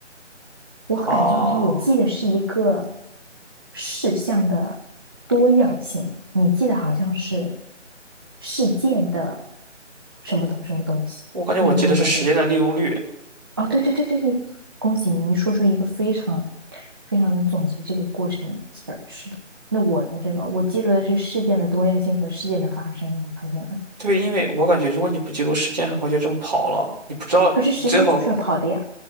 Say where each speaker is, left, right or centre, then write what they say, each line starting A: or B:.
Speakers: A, on the right; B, on the right.
A: 我感觉好像我记得是一个
B: 啊。
A: 事项的多样性，你记得好像是事件的什么东什么东西，
B: 我感觉我记得是时间的利用率。
A: 你有这种感觉吗？哦，对对对对对，恭喜你，你说出一个非常非常能总结这个过程的词儿是的，那我的这种，我记录的是事件的多样性和事件的发生，我发现了。
B: 对，因为我感觉如果你不记录时间，很快就这么跑了。你不知道你最后，
A: 可是时间就是要跑的呀。